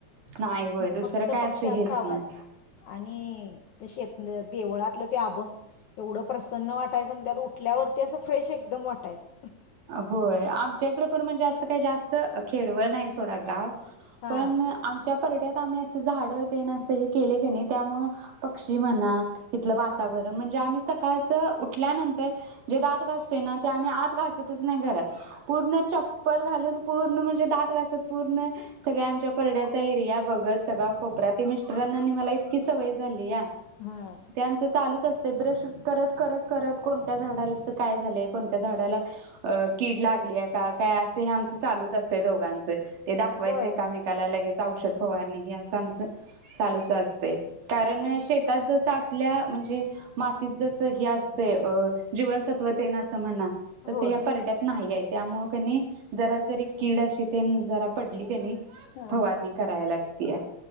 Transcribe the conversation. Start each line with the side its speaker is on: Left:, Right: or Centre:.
Right: नाही होय दुसरं
Left: फक्त
Right: काय
Left: पक्ष्यांचा
Right: असं हेच
Left: आवाज
Right: नाही
Left: आणि ते शेतन, देवळातलं ते अभंग एवढं प्रसन्न वाटायचं म त्यात उठ उटल्यावरती असं फ्रेश एकदम वाटायचं.
Right: होय आमच्या इकड पण मण जास्त काही जास्त खेडवळ नाही सोडा गाव
Left: हा
Right: पण आमच्या परड्यात आम्ही असं झाड ते न असं हे केले की नाही त्यामुळ पक्षी म्हणा इथलं वातावरण
Left: हा
Right: म्हणजे आम्ही स सकाळचं उठल्यानंतर जे दात घासतोय ना ते आम्ही आत घा घासतच नाही घरात पुर्ण च पल घालून पूर्ण म्हणजे दात घासत पूर्ण सगळ्या आमच्या परड्याचा एरिया बघत सगळा कोपऱ ते मिस्टरांना मला इतकी सवय झाली या.
Left: हा.
Right: आमचं चालूच असते ते ब्रश करत करत करत कोणत्या झाडाच काय झालंय कोणत्या झाडाला अ कीड लागली आहे का काय असं हे आमचं चालूच असतंय दोघांचे. ते दाखवायचं
Left: होय
Right: एकामेकाला लगेच. औषध फवारणी हे असं आमचं चालूच असतय. कारण
Left: आणि
Right: शेतात जसं आपल्या म्हणजे मातीत जसं हे असतय अ जीवनसत्व तेन असं म्हणा
Left: होय
Right: तसं ह्या परडयात नाही आहेत. त्यामुळं कनी जरा जरी कीड अशी तेन जरा पडली कनी
Left: हा
Right: फवारणी कराय लागतीय.